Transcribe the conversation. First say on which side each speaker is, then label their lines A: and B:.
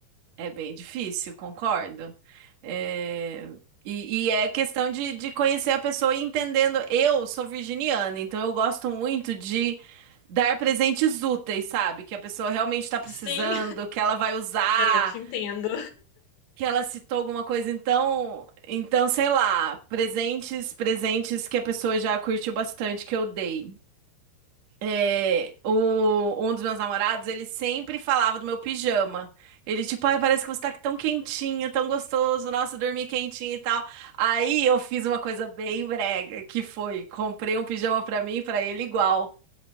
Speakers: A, on the right; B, on the left.
A: é bem difícil, concordo. É, E, e é questão de, de conhecer a pessoa e entendendo. Eu sou virginiana, então eu gosto muito de dar presentes úteis, sabe? Que a pessoa realmente está precisando,
B: Sim,
A: que ela vai usar,
B: <laughs> eu te entendo.
A: que ela citou alguma coisa. Então, então, sei lá, presentes, presentes que a pessoa já curtiu bastante que eu dei. É, o, um dos meus namorados, ele sempre falava do meu pijama. Ele, tipo, ai, parece que você tá tão quentinha, tão gostoso, nossa, dormi quentinha e tal. Aí eu fiz uma coisa bem brega, que foi, comprei um pijama pra mim e pra ele igual.